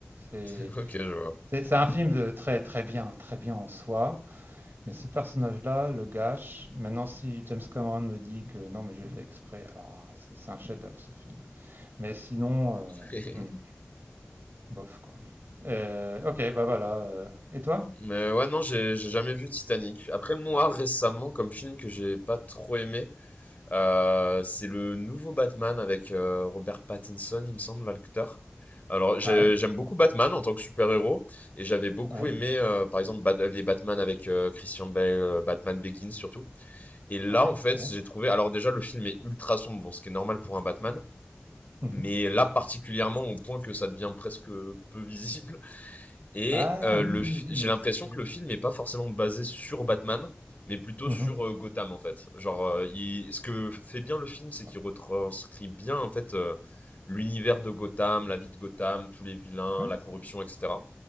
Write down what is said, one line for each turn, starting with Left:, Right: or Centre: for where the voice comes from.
Right: C'est
Left: <laughs> Ok, je vois.
Right: c'est- c'est un film de très très bien, très bien en soi. Mais ce personnage-là le gâche. Maintenant, si James Cameron me dit que non, mais j'ai fait exprès, alors ah, c'est c'est un chef-d'œuvre ce film. Mais sinon,
Left: <laughs>
Right: euh, hmm, bof quoi. Euh, ok, bah voilà. euh. Et toi?
Left: Mais ouais, non, j'ai j'ai jamais vu Titanic. Après, moi, récemment, comme film que j'ai pas trop aimé, Heu, c'est le nouveau Batman avec, heu, Robert Pattinson, il me semble, l'acteur. Alors j'ai
Right: Ouais,
Left: j'aime beaucoup Batman en tant que super-héros et j'avais beaucoup
Right: ouais,
Left: aimé, heu, par exemple, Bat les Batman avec, heu, Christian Bale, heu, Batman Begins surtout et là,
Right: ouais,
Left: en fait,
Right: ouais.
Left: j'ai trouvé alors déjà le film est ultra sombre, bon, ce qui est normal pour un Batman,
Right: Mhm.
Left: mais là particulièrement au point que ça devient presque peu <laughs> visible. Et
Right: Ah
Left: heu,
Right: oui,
Left: le f
Right: oui,
Left: j'ai
Right: mais.
Left: l'impression
Right: ouais.
Left: que le film est pas forcément basé sur Batman, mais plutôt
Right: Mmh
Left: sur, heu, Gotham, en fait. Genre, heu, il ce que fait bien le film, c'est
Right: Ah
Left: qu'il retranscrit bien, en fait, heu, l'univers de Gotham, la vie de Gotham, tous les vilains,
Right: ouais,
Left: la
Right: c'est
Left: corruption,
Right: bah,
Left: et cetera.